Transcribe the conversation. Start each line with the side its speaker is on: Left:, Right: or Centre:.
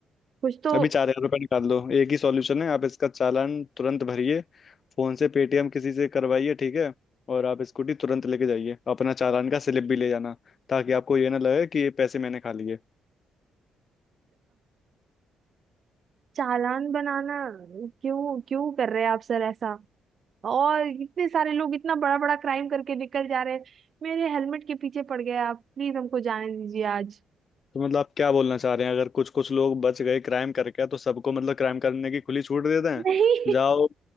Right: कुछ तो
Left: अभी चार हजार रुपये निकाल लो एक ही सॉल्यूशन है आप इसका चालान तुरंत भरिए फोन से पेटीएम किसी से करवाइए ठीक है और आप स्कूटी तुरंत लेके जाइए अपना चालान का स्लिप भी ले जाना ताकि आपको ये ना लगे कि ये पैसे मैंने खा लिए
Right: चालान बनाना क्यों क्यों कर रहे हैं आप सर ऐसा और इतने सारे लोग इतना बड़ा बड़ा क्राइम करके निकल जा रहे हैं मेरे हेलमेट के पीछे पड़ गए आप प्लीज हमको जाने दीजिए आज
Left: तो मतलब आप क्या बोलना चाह रहे हैं अगर कुछ कुछ लोग बच गए क्राइम करके तो सबको मतलब क्राइम करने की खुली छूट देते हैं
Right: नहीं
Left: जाओ
Right: <laughs>